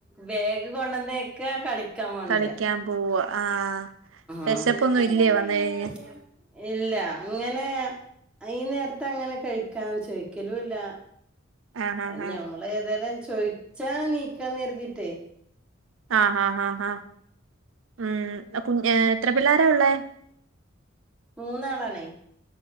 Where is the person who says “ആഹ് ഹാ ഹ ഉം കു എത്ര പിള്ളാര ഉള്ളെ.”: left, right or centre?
Right